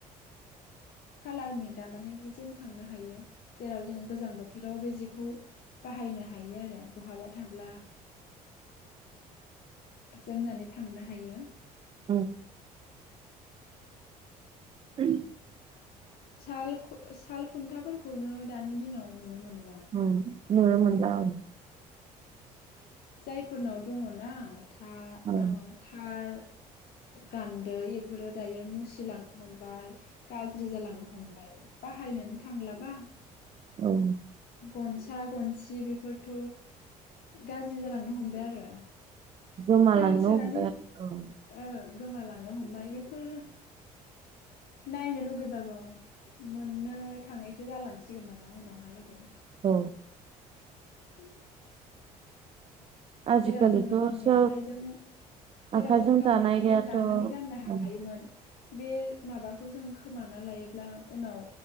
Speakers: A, on the left; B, on the right.
A: कालारनि दानानै जोमखांनो हायो जेराव जोङो गोजां बोथोराव बे जि खौ बाहायनो हायो आरो बहाबा थांब्ला जोमनानै थांनो हायो
B: औ उम
A: साल साल खुन्थाफोरखौनो दानि दिनाव नुनो मोनो
B: नुनो मोनला औ
A: जायफोरनाव दङना था
B: औ
A: ओ थार गान्दै बे फोरो दायो मुसिलांनो हम बाय गाज्रि जालांनो हमबाय बाहायनोन थांलाबा
B: औ
A: गनसा गनसि बेफोरथ' गाज्रि जालांनो हमबाय आरो
B: गोमालांनो
A: गारसोनानै
B: हमबाय आरो औ
A: ओ गोमालांनो हमबाय बे फोर नायनो लुगैबाबो मोननो थाङैसो जालां सिगोन नामा उनावहालागै
B: औ
A: <inaudible>
B: आजिखालिथ'
A: जेराव जोङो गावनि
B: सोब
A: आखाइजों जेराव
B: आखाइजों
A: जों गावनि
B: दानायाथ'
A: आखाइजों दानानै
B: औ
A: गाननो हाखायोमोन
B: औ
A: बे माबाखौ जों खोमाना लायोब्ला उनाव